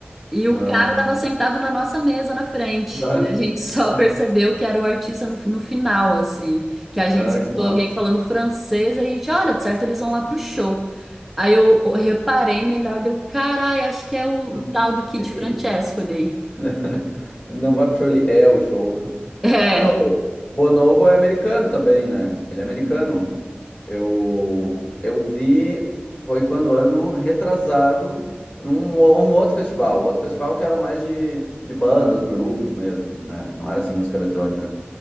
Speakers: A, in the centre; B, on the left.
A: E o
B: Ah,
A: cara tava sentado na nossa mesa na frente.
B: tá.
A: E a gente só
B: <laughs>
A: percebeu que era o artista no, fi- no final, assim. Que a gente
B: Ah,
A: escutou
B: que massa.
A: alguém falando francês e a gente, olha, de certo eles vão lá pro show. Aí eu, eu reparei melhor, deu, carai, acho que é o,
B: Hum.
A: o tal do Kid
B: Ele
A: Francesco ali.
B: <laughs> não vai pro show, ele é o show.
A: É,
B: É, o Bonobo é americano também, né? Ele é americano. Eu, eu vi, foi quando ano retrasado, num o- um outro festival, outro festival que era mais de, de bandas, grupos mesmo, né? Não era assim música eletrônica.